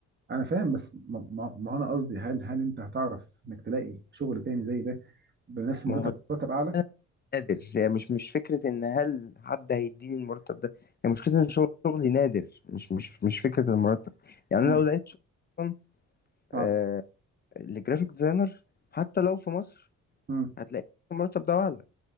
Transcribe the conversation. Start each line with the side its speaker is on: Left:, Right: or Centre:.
Right: أنا فاهم بس ما, ما ما أنا قصدي هل هل أنت هتعرف إنك تلاقي شغل تاني زي ده بنفس مرتب
Left: ما هو
Right: مرتب أعلى؟
Left: أنا نادر يعني مش مش فكرة إن هل حد هيديني المرتب ده هي يعني مشكلة إن شغل- شغلي نادر مش مش مش فكرة المرتب يعني
Right: مم.
Left: أنا لو لقيت شغل أصلا
Right: اه
Left: آه لجرافيك ديزاينر حتى لو في مصر
Right: مم.
Left: هتلاقي المرتب ده أعلى